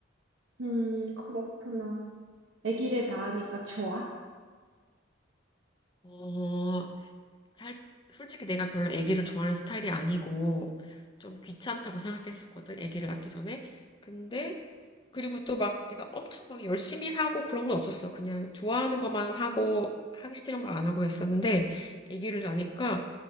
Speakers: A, on the right; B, on the left.
A: 음, 그렇구나. 아기를 낳으니까 좋아?
B: 어, 살, 솔직히 내가 별로 애기를 좋아하는 스타일이 아니고 좀 귀찮다고 생각했었거든, 애기를 낳기 전에. 근데 그리고 또 막 내가 엄청 막 열심히 하고 그런 건 없었어. 그냥 좋아하는 것만 하고 하기 싫은 거 안 하고 했었는데 아기를 낳으니까